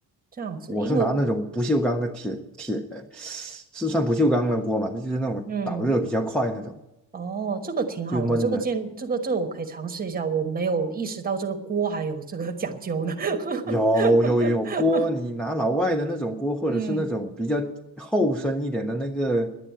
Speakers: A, on the right; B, in the centre.
A: 这样子，
B: 我是拿那种不锈钢的铁铁，
A: 因为我
B: 是算不锈钢的锅嘛？那就是那种导热比较快那种，
A: 嗯哦，这个挺好的，
B: 就焖着。
A: 这个建，这个这个我可以尝试一下，我没有意识到这个锅还有这个讲究呢。<laughs>
B: 有有有锅，你拿老外的那种锅，或者是那种比较厚身一点的那个
A: 嗯，